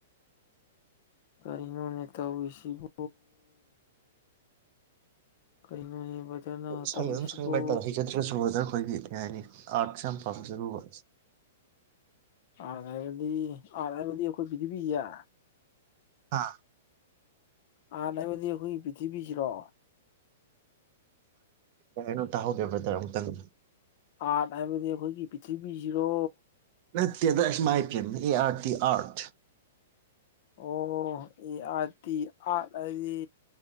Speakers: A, on the left; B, on the right.
A: ꯀꯅꯣ ꯅꯠꯇ ꯑꯣꯏꯁꯤꯕ ꯀꯔꯤꯅꯣꯅꯦ ꯕꯗꯔꯅ
B: ꯁꯒꯤ
A: ꯇꯧꯔꯤꯁꯤꯕꯨ
B: ꯑꯗꯨꯝ ꯁꯪꯅꯤꯡꯕ ꯍꯥꯏꯇꯥꯔꯦ ꯍꯖꯠꯇ꯭ꯔꯒ ꯁꯕꯗꯅ ꯑꯩꯈꯣꯏꯒꯤ ꯌꯥꯅꯤ ꯑꯥꯠ ꯁꯝ ꯐꯝꯖꯔꯕꯨꯕꯁ
A: ꯑꯥꯗ ꯍꯧꯕꯗꯤ ꯑꯔꯠ꯭ ꯍꯧꯕꯗꯤ ꯑꯩꯈꯣꯏ ꯄꯤꯊꯤꯕꯤꯁꯦ
B: ꯑꯥ
A: ꯑꯥ ꯍꯥꯏꯕꯗꯤ ꯑꯩꯈꯣꯏꯒꯤ ꯄꯤꯊꯤꯕꯤꯁꯤꯔꯣ
B: ꯀꯔꯤ ꯍꯥꯏꯔꯤꯅꯣ ꯇꯥꯍꯧꯗꯔ꯭ꯦ ꯕꯔꯗꯔ ꯑꯃꯨꯛꯇꯪꯒ
A: ꯑꯥꯔꯠ ꯍꯥꯏꯕꯗꯤ ꯑꯩꯈꯣꯏꯒꯤ ꯄꯤꯔꯤꯊꯤꯔꯤꯕꯕꯤꯁꯤꯔꯣ
B: ꯅꯇꯦꯗ ꯑꯦꯃꯥꯏ ꯄꯦꯃꯥ ꯑꯥꯔꯠ꯭ ꯑꯔꯠ
A: ꯑꯣ ꯑꯦ ꯑꯥꯔ ꯇꯤ ꯑꯥꯠ ꯍꯥꯏꯗꯤ